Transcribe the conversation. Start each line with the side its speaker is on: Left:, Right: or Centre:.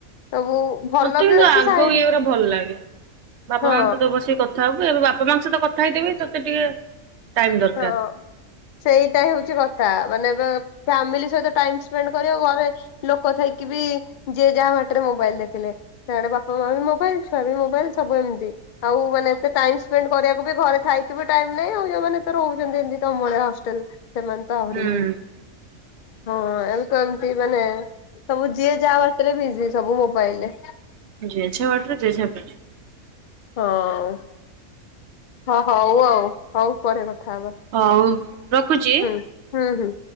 Left: ସବୁ ଭଲ
Right: ମତେ
Left: ବି
Right: କିନ୍ତୁ
Left: ଅଛି
Right: ଆଗ
Left: ସାଇଡ
Right: ଇଏ ଗୁରା ଭଲ ଲାଗେ ବାପା
Left: ହଁ
Right: ମାଙ୍କ ସହିତ ବସିକ ଥା ହବୁ ଏବେ ବାପା ମାଙ୍କ ସହିତ କଥାହେଇତେବି ତତେ ଟିକେ ଟାଇମ ଦରକାର
Left: ହଁ। ସେଇଟା ହିଁ ହଉଚି କଥା ମାନେ ଏବେ ଫ୍ୟାମିଲି ସହିତ ଟାଇମ ସିପେଣ୍ଡ କରବାକୁ ଘରେ ଲୋକ ଥାଇକି ବି ଯିଏ ଯାହା ବାଟରେ ମୋବାଇଲ ଦେଖିଲେ। ସିଆଡେ ବାପା ମା ବି ମୋବାଇଲ ଛୁଆ ବି ମୋବାଇଲ ସବୁ ଏମିତି। ଆଉ ମାନେ ଏତେ ଟାଇମ ସ୍ପେଣ୍ଡ କରିବାକୁ ବି ଘରେ ଥାଇକି ବି ଟାଇମ ନାଇଁ ଆଉ ଯୋଉମାନେ ତ ରହୁଚନ୍ତି ଯେମିତି ତମଭଳିଆ ହଷ୍ଟେଲ ସେମାନେ ତ ଆହୁରି
Right: ହୁଁ
Left: ଇଏ। ହଁ ଏବେ ତ ଏମିତି ମାନେ ସବୁ ଯିଏ ଯାହା ହାତରେ ବିଜି ସବୁ ମୋବାଇଲରେ।
Right: ଯେଝା ବାଟରେ ଯେଝେ ବିଜି।
Left: ହଁ। ହଁ ହଉ ଆଉ ହଉ ପରେ କଥା ହବା।
Right: ହଉ ରଖୁଚି।
Left: ହୁଁ ହୁଁ ହୁଁ।